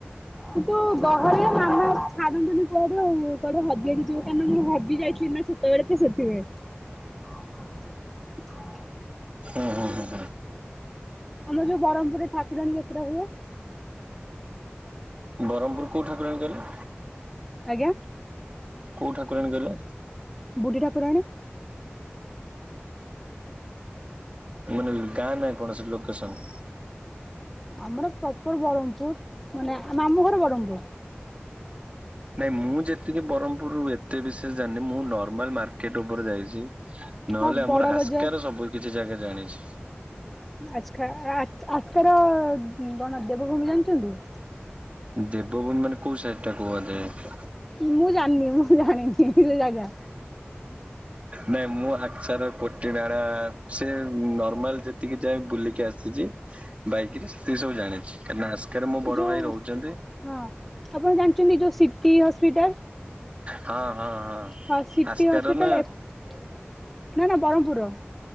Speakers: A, in the centre; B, on the right.
A: କିନ୍ତୁ ଗହଳି ମାମା ଛାଡ଼ନ୍ତିନି କୁଆଡେ ଆଉ, କୁଆଡେ ହଜି ହଜି ଯିବ କାହିଁକି ନା ମୁଁ ହଜି ଯାଇଥିଲି ନା ଛୋଟବେଳେ ତ ସେଥିପାଇଁ। <inaudible>
B: ହଁ, ହଁ, ହଁ, ହଁ।
A: ଆମର ଯୋଉ ବରହ୍ମପୁରରେ ଠାକୁରାଣୀ ଯାତ୍ରା ହୁଏ।
B: ବରହ୍ମପୁର କୋଉ ଠାକୁରାଣୀ କଇଲେ?
A: ଆଜ୍ଞା।
B: କୋଉ ଠାକୁରାଣୀ କଇଲେ?
A: ବୁ଼ଢୀ ଠାକୁରାଣୀ।
B: ମାନେ ଗାଁ ନାଁ କଣ ସେ ଲୋକେସନ୍?
A: ଆମର ପ୍ରପର୍ ବରହ୍ମପୁର ମାନେ ଆ, ମାମୁଁ ଘର ବରହ୍ମପୁର।
B: ନାଇଁ ମୁଁ ଯେତିକି ବରହ୍ମପୁରରୁୁ ଏତେ ବିଶେଷ ଜାଣିନି। ମୁଁ ନର୍ମାଲ୍ ମାର୍କେଟ୍ ଉପରେ ଯାଇଛି। ନହେଲେ
A: ହଁ
B: ଆମର
A: ବଡ ବଜାର
B: ଆସ୍କା ର ସବୁ କିଛି ଜାଗା ଜାଣିଛି।
A: ଆସଖା ଆ, ଆସ୍କାର ଉଁ, ଜଣ ଦେବଭୂମି ଜାଣିଛନ୍ତି?
B: ଦେବଭୂମି ମାନେ କୋଉ ସାଇଟ୍ ଟା କୁହାଯାଏ।
A: ମୁଁ ଜାଣିନି, ମୁଁ ଜାଣିନି ସେ ଜାଗା।
B: ନାଇଁ ମୁଁ ଆକ୍ଛାର କୋଟି ନାଡ଼ା ସେ ନର୍ମାଲ୍ ଯେ ତିକି ଯାଏ ବୁଲିକି ଆସ ସିଚି, ବାଇକ୍ ରେ ସେ ସବୁ ଜାଣିଛି। କାହିଁକି ନା ଆସ୍କାରେ ମୋ
A: ଏ
B: ବଡ
A: ଯୋଉ
B: ଭାଇ ରହୁଚନ୍ତି।
A: ହଁ ଆପଣ ଜାଣିଛନ୍ତି ଯୋଉ ସିଟି ହସ୍ପିଟାଲ।
B: ହଁ ହଁ ହଁ।
A: ହ ସିଟି
B: ଆସ୍କାର
A: ହସ୍ପିଟାଲ
B: ନା
A: ଏପ ନା ନା ବରହ୍ମପୁର ର।